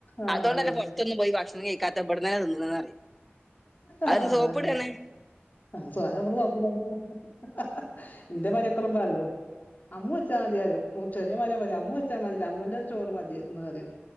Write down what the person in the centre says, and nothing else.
അതുകൊണ്ട
തന്നെ പൊറത്തൊന്നും പോയി ഭക്ഷണം കഴിക്കാത്ത ഇവിടന്ന്ന്നെ തിന്നണന്ന് പറ് യും-
അത് സോപ്പിട്ണെ-